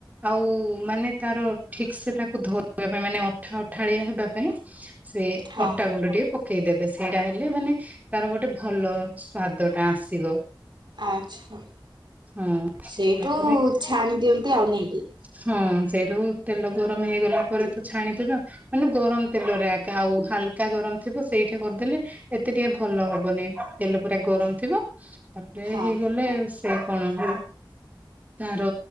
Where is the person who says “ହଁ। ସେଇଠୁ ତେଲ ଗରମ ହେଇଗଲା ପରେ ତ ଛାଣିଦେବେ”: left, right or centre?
Right